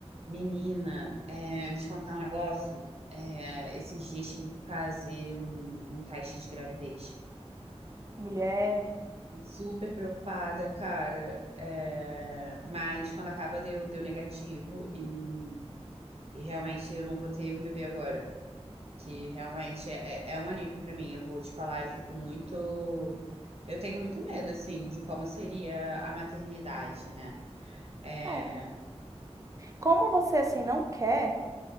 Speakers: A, on the right; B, on the right.
A: Menina, é, te contar um negócio. É, esses dias tive que fazer um, um teste de gravidez.
B: Mulher.
A: Super preocupada, cara. É, mas quando acaba deu, deu negativo e, e realmente eu não vou ter um bebê agora. Que realmente é, é é um alívio pra mim. Eu vou te falar, eu fico muito. Eu tenho muito medo, assim, de como seria a maternidade, né? É,
B: É. Como você assim não quer,